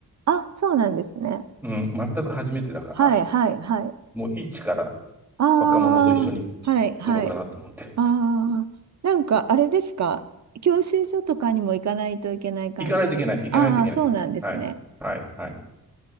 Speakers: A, on the right; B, in the centre.
A: あ、そうなんですね。
B: うん。全く初めてだから、
A: はい、はい、はい。
B: もう一から
A: あー、
B: 若者と一緒に
A: はい、はい。
B: 撮ろうかなと思って。
A: あー、なんかあれですか教習所とかにも行かないといけない感じ。
B: 行かないといけない、行かないといけない。
A: あー、そうなんですね。
B: はい、はい、はい。